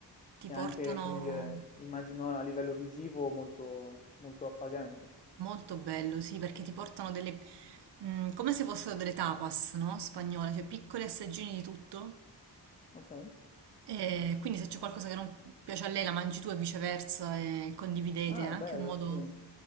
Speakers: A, on the right (about 75°); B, on the left (about 20°).
A: ti
B: E
A: portano
B: anche, come dire, immagino a livello visivo molto, molto appagante.
A: molto bello, sì, perché ti portano delle... mm, come se fossero delle tapas, no? Spagnole, cioè piccoli assaggini di tutto.
B: Ok.
A: E quindi se c'è qualcosa che non piace a lei, la mangi tu e viceversa e condividete,
B: Ah,
A: è anche
B: bello,
A: un modo
B: sì.